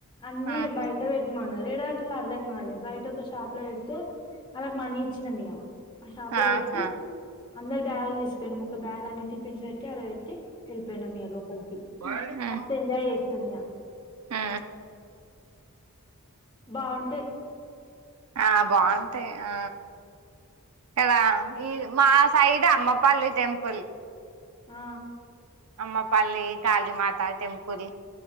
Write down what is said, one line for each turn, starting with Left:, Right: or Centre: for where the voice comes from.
Left: అన్ని
Right: ఆహా
Left: బయట్ పెట్మను రెడు గటలు అర్ధం కావాలి. బయట ఒక షాప్ లో పెడితే వాళ్ళకి మనీ ఇచ్చిన మీయా ఆ షాప్ లో
Right: ఆహా
Left: పెట్టి అందరు బ్యాగు్ తీసుకండి ము ఒక బ్యాగు్ అన్ని టిఫిన్స్. <unintelligible> అ వెళ్ళిపోయినా ఇ్య లోపలికి
Right: ఉహు
Left: మస్త ఎంజాయ్ చేసినాం ఇ్య
Right: ఉ
Left: బాగుంటాయి
Right: ఆ బాగుంటాయి ఆ ఇక్కడ ఈ మా సైడ్ అమ్మపల్లి టెంపుల్.
Left: ఆ
Right: అమ్మపల్లి కాళీ మాత టెంపుల్